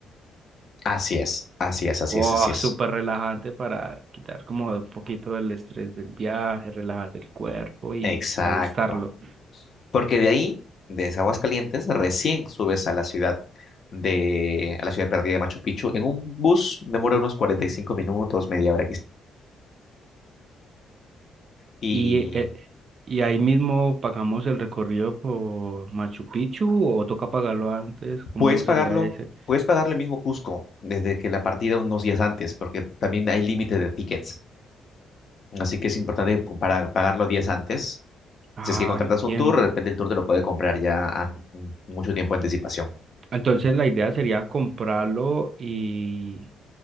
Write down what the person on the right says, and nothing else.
Oh,
súper relajante para quitar como un poquito el estrés del viaje, relajar el cuerpo y
alistarlo.
Y, eh, y ahí mismo pagamos el recorrido por Machu Picchu o toca pagarlo antes, ¿cómo
sería ese?
Ah,
entiendo.
Entonces la idea sería comprarlo y